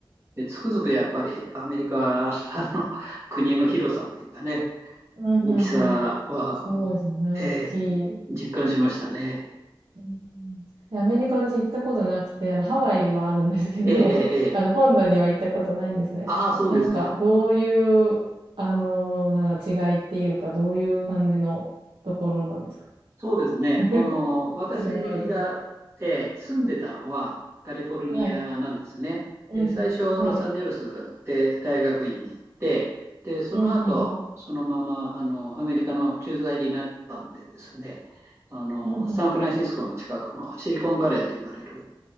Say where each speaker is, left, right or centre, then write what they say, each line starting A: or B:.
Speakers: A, on the right; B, on the right.
A: で、つくづくやっぱりアメリカの国の広さっていうかね、
B: うん、うんうん。
A: 大きさはもう、
B: そうですね、おっきい。
A: えー実感しましたね。
B: うん。で、アメリカ私行ったことなくて、あの、ハワイはあるんですけど、
A: ええええええ
B: <laughs> あの、本土には行ったことないんですね。
A: ああ、そうですか。
B: なんか、どういう、あの、なんか違いっていうか、どういう感じのところなんですか
A: そうですね。
B: <laughs>
A: あの、私が、
B: スライブアウトですけ
A: えー住んでたのはカリフォルニアなんですね。
B: ど。はい。うんうん。
A: で、最初、ロサンゼルスで大学院に行って、
B: はい。
A: で、その後、
B: うんうんうん。
A: そのまま、あの、アメリカの駐在になったんでですね、あの、
B: うんうん。
A: サンフランシスコの近くのシリコンバレーと言われる、